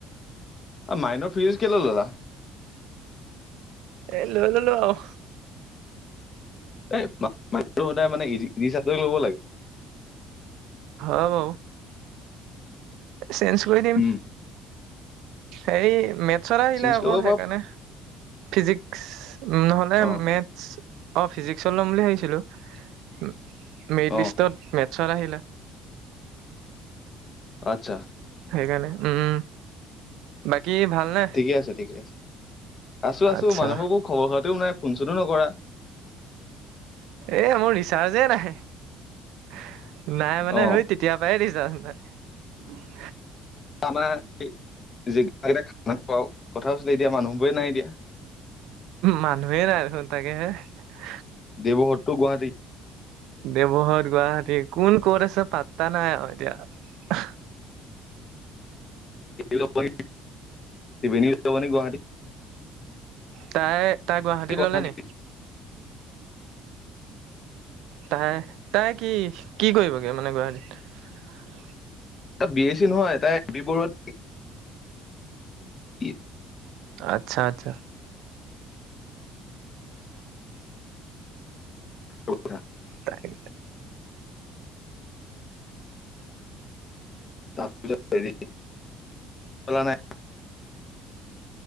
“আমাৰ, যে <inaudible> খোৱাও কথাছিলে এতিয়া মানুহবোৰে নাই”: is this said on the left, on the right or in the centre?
Left